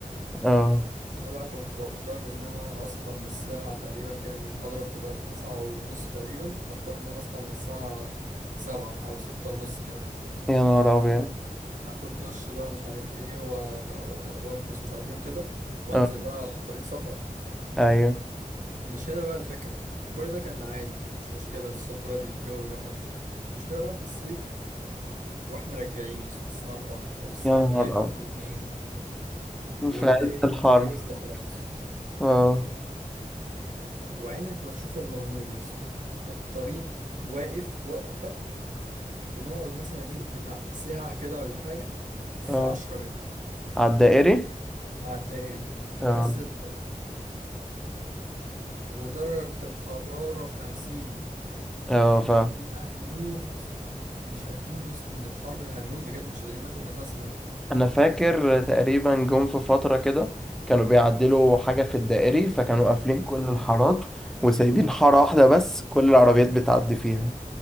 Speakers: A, in the centre; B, on the right (about 60°).
A: اه
B: انا بقى كنت بضطر ان انا اصحى من الساعة تقريبا كام المحاضرة بتبقى تسعة ونص تقريبا بضطر ان انا اصحى من الساعة سبعة او ستة ونص كمان
A: يا نهار ابيض
B: اخد دش بقى ومش عارف ايه و... و... والبس ومش عارف ايه وكده وانزل
A: اه
B: بقى طريق سفر
A: ايوه
B: مش هنا بقى الفكرة يعني كل ده كان عادي مش مشكلة الصبح بدري الجو بيبقى حلو المشكلة بقى في الصيف واحنا راجعين يا اسطى الساعة أربعة أو الساعة
A: يا
B: تلاتة
A: نهار
B: واتنين
A: ابيض
B: والدائري
A: في عز الحر
B: كان عليه إصلاحات
A: اه
B: وعينك ما تشوف الا النور يا اسطى الطريق واقف واقفه بنقعد مثلا ايه بتاع ساعه كده ولا حاجه في
A: اه
B: 10 متر
A: على الدائري
B: على الدائري في
A: اه
B: عز الحر ودرجه الحراره 50
A: اه
B: وبيبقى
A: ف
B: هنموت مش قادرين يا اسطى من الحر هنموت بجد مش قادرين ناخد نفسنا
A: انا فاكر تقريبا جم في فترة كده كانوا بيعدلوا حاجة في الدائري فكانوا قافلين كل الحارات وسايبين حارة واحدة بس كل العربيات بتعدي فيها